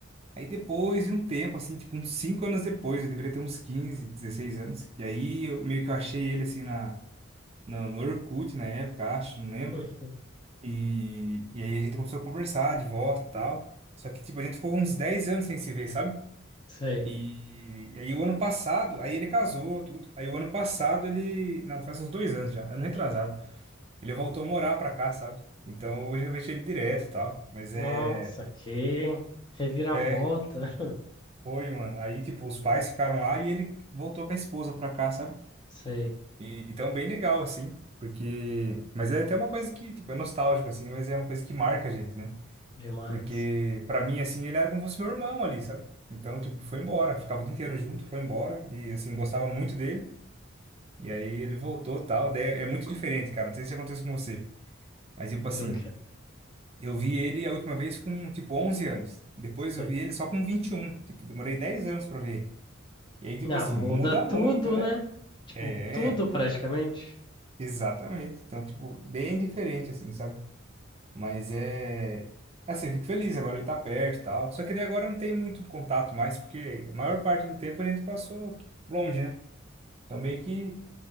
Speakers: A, on the right; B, on the left.
A: Aí depois de um tempo, assim, tipo uns 5 anos depois, eu deveria ter uns 15, 16 anos. E aí eu, meio que eu achei ele assim na, na, no Orkut na época, acho, não lembro.
B: Uhum.
A: E, e aí a gente começou a conversar de volta e tal. Só que, tipo, a gente ficou uns 10 anos sem se ver, sabe?
B: Sei.
A: E, e aí o ano passado, aí ele casou, tudo. Aí o ano passado ele. Não, faz uns dois anos já, ano retrasado. Ele voltou a morar pra cá, sabe? Então hoje eu vejo ele direto e tal. Mas
B: Nossa,
A: é.
B: que reviravolta.
A: É,
B: <laughs>
A: foi, mano. Aí, tipo, os pais ficaram lá e ele voltou com a esposa pra cá, sabe?
B: Sei.
A: E, então, bem legal, assim. Porque. Mas é até uma coisa que, tipo, é nostálgico, assim. Mas é uma coisa que marca a gente, né?
B: Demais.
A: Porque, pra mim, assim, ele era como se fosse meu irmão ali, sabe? Então, tipo, foi embora. Ficava o dia inteiro junto, foi embora. E, assim, gostava muito dele. E aí ele voltou e tal. Daí é muito diferente, cara. Não sei se acontece com você. Mas, tipo assim.
B: Do que?
A: Eu vi ele a última vez com, tipo, 11 anos. Depois
B: Sei.
A: eu vi ele só com 21. Tipo, demorei 10 anos pra ver ele. E aí, tipo
B: Ah,
A: assim,
B: muda
A: muda
B: tudo,
A: muito, né?
B: né? Tipo,
A: É,
B: tudo praticamente.
A: exatamente. Então, tipo, bem diferente, assim, sabe? Mas é... Assim, eu fico feliz, agora ele tá perto e tal. Só que daí agora não tem muito contato mais, porque a maior parte do tempo a gente passou longe, né? Então, meio que